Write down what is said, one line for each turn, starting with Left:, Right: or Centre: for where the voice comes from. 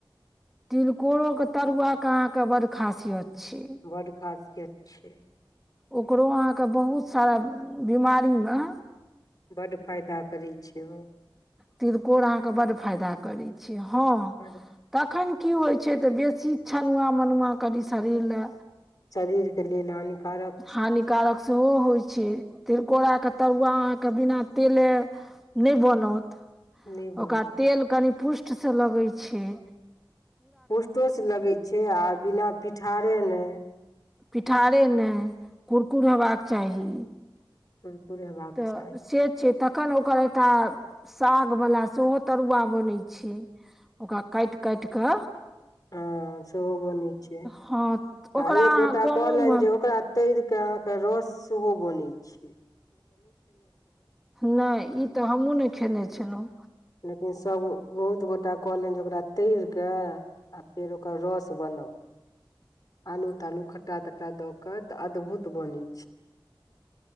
Centre: तिलकोरोक के तरुआक अहाँके ब खासियत छै
Left: बड खासियत छैय।
Centre: ओकरो अहाँके बहुत सारा बीमारी म
Left: बड्ड फायदा करैत छिय ओ
Centre: तिलकोर अहाँके बड फायदा करै छैय हँ
Left: बड
Centre: तखन की होइ छैय तऽ बेसी छनुआ मनुआ कनी शरीर ल
Left: शरीर के लेल हानिकारक
Centre: हानिकारक सेहो होइ छैय। तिलकोराके तरुआ अहाँके बिना तेले नहि बनत।
Left: छै नहि बनल
Centre: ओकरा तेल कनी पुष्टसँ लगै छैय।
Left: पुस्टोसँ लगै छैय आ बिना पिठारे नहि।
Centre: पिठारे नहि कुरकुर हेबाक चाही।
Left: कुरकुर हेबाक
Centre: तऽ
Left: चाही।
Centre: से छै तखन ओकर एकटा साग वला सेहो तरुआ बनैत छैय। ओ काइट काइट क
Left: हँ सेहो बनैत छैय
Centre: हँ ओकरा
Left: आ एक
Centre: अहाँ
Left: गोटा
Centre: कमोमे
Left: कहलनि जे ओकरा तइर के अहाँ के रस सेहो बनैत छैय।
Centre: नहि ई तऽ हमहुँ ने खेने छलहुँ।
Left: लेकिन सभ बहुत गोटा कहलनि जे ओकरा तर कऽ आ फेर ओकर रस बनाउ। आलू तालू खट्टा तट्टा द के तऽ अद्भुत बनी।